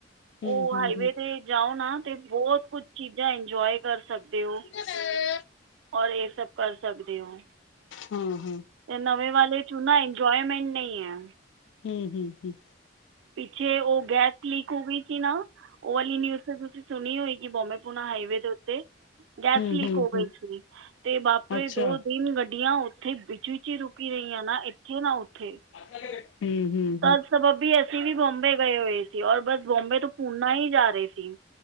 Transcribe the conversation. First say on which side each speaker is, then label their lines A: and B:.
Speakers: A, on the left; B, on the right.
A: ਹੂੰ
B: ਉਹ
A: ਹੂੰ
B: ਹਾਈਵੇ
A: ਹੂੰ
B: ਤੇ ਜਾਓ ਨਾ ਤੇ ਬਹੁਤ ਕੁਛ ਚੀਜ਼ਾਂ ਇੰਜੋਆਏ ਕਰ ਸਕਦੇ ਓ
A: ਹਾਂ ਹਾਂ
B: ਔਰ ਇਹ ਸਭ ਕਰ ਸਕਦੇ ਹੋ
A: ਹਾਂ ਹਾਂ
B: ਤੇ ਨਵੇਂ ਵਾਲੇ ਚੂ ਨਾ ਇੰਜੋਏਮੈਂਟ ਨਹੀਂ ਐ
A: ਹੂੰ ਹੂੰ ਹੂੰ
B: ਪਿੱਛੇ ਉਹ ਗੈਸ ਲੀਕ ਹੋ ਗਈ ਸੀ ਨਾ ਉਹ ਵਾਲੀ ਨਿਊਜ਼ ਤੇ ਤੁਸੀਂ ਸੁਣੀ ਹੋਏਗੀ ਕਿ ਬੋਬੇ, ਪੁਣ ਹਾਈਵੇ ਦੇ ਉਤੇ। ਗੈਸ
A: ਹੂੰ
B: ਲੀਕ ਹੋ ਗਈ
A: ਹੂੰ
B: ਸੀਗੀ ਤੇ ਵਾਪਰੇ
A: ਅੱਛਾ
B: ਦੋ ਤਿਨ ਗੱਡੀਆਂ। ਇੱਥੇ ਵਿੱਚ ਵਿਚ ਹੀ ਰੁਕੀ ਰਹੀ ਆ ਨਾ ਇੱਥੇ ਨਾ ਉੱਥੇ।
A: ਹੱ ਲ <unintelligible> ਹਮ ਹਮ <unintelligible>
B: ਤਾਂ ਸਬਬੀ ਅਸੀਂ ਵੀ ਬੋਮਬੇ ਗਏ ਹੋਏ ਸੀ ਔਰ ਬਸ ਬੋਮਬੇ ਤੋਂ ਪੂਨਾ ਹੀ ਜਾ ਰਹੇ ਸੀ।